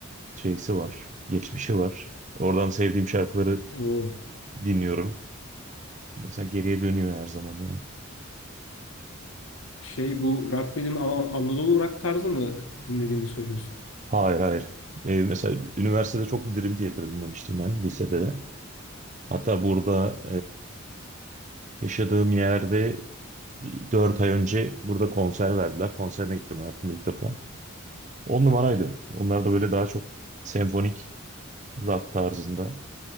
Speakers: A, on the right; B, on the left.
A: şeysi var. Geçmişi var. Oradan sevdiğim şarkıları
B: Oo,
A: dinliyorum. İnsan geriye dönüyor her zaman yani.
B: şey bu rock dediğin A- Anadolu rock tarzı mı dinlediğini söylüyorsun?
A: Hayır hayır. Ee, mesela üniversitede çok Dream Theater dinlemiştim ben lisede de. Hatta burada e, yaşadığım yerde 4 ay önce burada konser verdiler. Konserine gittim hayatımda ilk defa. 10 numaraydı. Onlar da böyle daha çok senfonik rock tarzında